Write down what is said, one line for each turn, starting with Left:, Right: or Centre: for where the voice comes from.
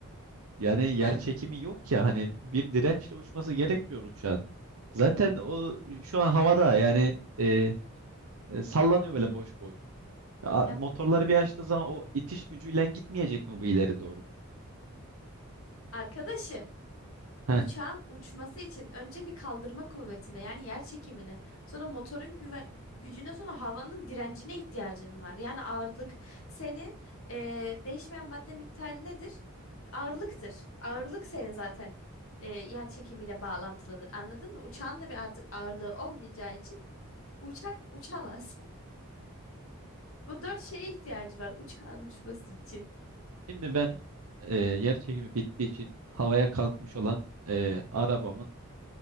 Right: yani yer
Left: <laughs>
Right: çekimi yok ya hani bir dirençle uçması gerekmiyor uçağın. Zaten o şu an havada yani e, e, sallanıyor böyle boş boş. Ya,
Left: Ya
Right: motorları bir açtığı zaman o itiş gücüyle gitmeyecek mi bu ileri doğru?
Left: arkadaşım
Right: Heh.
Left: Uçağın uçması için önce bir kaldırma kuvvetine yani yer çekimine, sonra motorun güve- gücüne, sonra havanın direncine ihtiyacın var. Yani ağırlık senin eee, değişmeyen madde miktarı nedir? Ağırlıktır. Ağırlık senin zaten eee yer çekimiyle bağlantılıdır. Anladın mı? Uçağın da bir artık ağırlığı olmayacağı için uçak uçamaz. <laughs> Bu dört şeye ihtiyacı var uçağın uçması için.
Right: Şimdi ben e, yer çekimi bittiği için havaya kalkmış olan e, arabamın